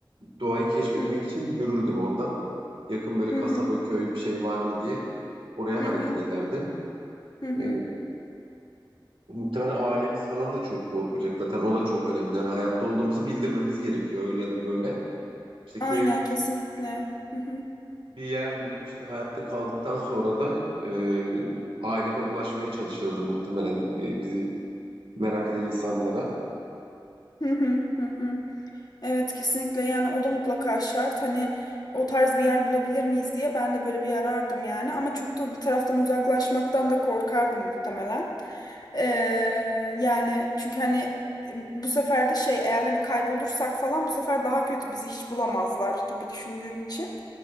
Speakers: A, on the right (about 85°); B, on the left (about 50°).
A: doğayı keşfetmek
B: hı
A: için yürürdüm oradan. Yakın böyle
B: hı
A: kasaba
B: hı
A: köy bir şey var mı diye oraya
B: hı
A: hareket ederdim.
B: hı hı.
A: E, muhtemelen ailemiz falan da çok korkacak zaten o da çok önemli. Yani hayatta olduğumuzu bildirmemiz gerekiyor öyle ya da böyle. İşte
B: Aynen
A: köye
B: kesinlikle. Hı hı
A: bir yer bulup işte hayatta kaldıktan sonra da e, aileme ulaşmaya çalışırdım muhtemelen e, bizi merak eden insanlara.
B: hı hı hı hı. Evet kesinlikle yani o da mutlaka şart hani o tarz bir yer bulabilir miyiz diye ben de böyle bir arardım yani ama çok da bir taraftan uzaklaşmaktan da korkardım muhtemelen. Ee, yani çünkü hani e, bu sefer de şey eğer hani kaybolursak falan bu sefer daha kötü bizi hiç bulamazlar gibi düşündüğüm için